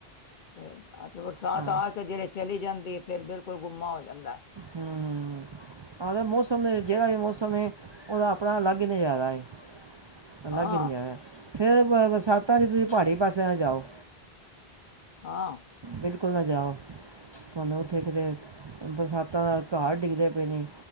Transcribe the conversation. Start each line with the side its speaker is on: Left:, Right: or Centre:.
Left: ਤੇ ਅਜ ਬਰਸਾਤ
Right: ਹਾਂ
Left: ਆ ਕੇ ਜਿਹੜੀ ਚਲੀ ਜਾਂਦੀ ਹੈ ਫਿਰ ਬਿਲਕੁਲ ਗੁੰਮਾ ਹੋ ਜਾਂਦਾ।
Right: ਹਮ ਆਹ ਤੇ ਮੌਸਮ ਨੇ ਜਿਹੜਾ ਵੀ ਮੌਸਮ। ਸਮੇਂ ਉਹਦਾ ਆਪਣਾ ਅਲੱਗ ਹੀ ਨਜਾਰਾ ਹੈ ਅਲੱਗ
Left: ਹਾਂ
Right: ਹੀ ਨਜਾਰਾ ਹੈ। ਫ਼ੇਰ ਬਰਸਾਤਾਂ ਚ ਤੁਸੀਂ ਪਹਾੜੀ ਪਾਸੇ ਨ ਜਾਓ।
Left: ਹਾਂ।
Right: ਬਿਲਕੁਲ ਨਾ ਜਾਓ ਤੁਹਾਨੂੰ ਉੱਥੇ ਕਿਤੇ ਬਰਸਾਤਾਂ ਨਾਲ ਪਹਾੜ ਡਿੱਗਦੇ ਪਏ ਨੇ।